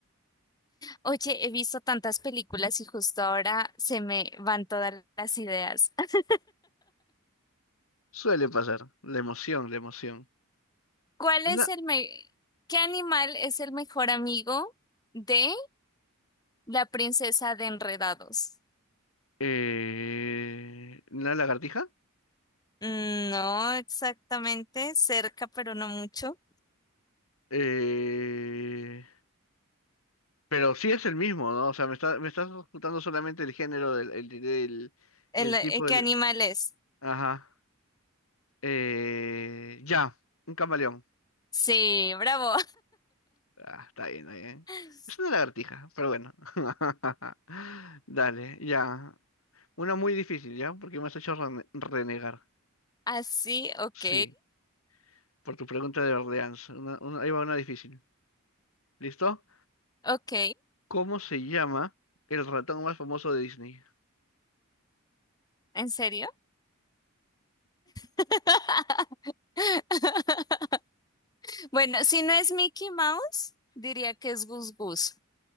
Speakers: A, on the left; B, on the left.
A: Oye, he visto tantas películas y justo ahora se me van todas las ideas. <laughs>
B: Suele pasar. La emoción, la emoción.
A: ¿Cuál
B: una,
A: es el me- qué animal es el mejor amigo de la princesa de Enredados?
B: eh, ¿la lagartija?
A: Mm, No exactamente, cerca, pero no mucho.
B: Eh, pero sí es el mismo, ¿no? O sea, me está, me estás ocultando solamente el género del, el, del-
A: El,
B: el
A: eh,
B: tipo del.
A: ¿qué animal es?
B: Ajá. Eh, ya, un camaleón.
A: Sí, bravo.
B: Ah, está bien, está bien.
A: <laughs>
B: Es una lagartija, pero bueno. <laughs> Dale, ya. Una muy difícil, ¿ya? Porque me has hecho rene- renegar.
A: Así, ok,
B: Sí. por tu pregunta de Orleans. Una- una- ahí va una difícil. ¿Listo?
A: ok,
B: ¿Cómo se llama el ratón más famoso de Disney?
A: ¿en serio? <laughs> Bueno, si no es Mickey Mouse, diría que es Gus Gus.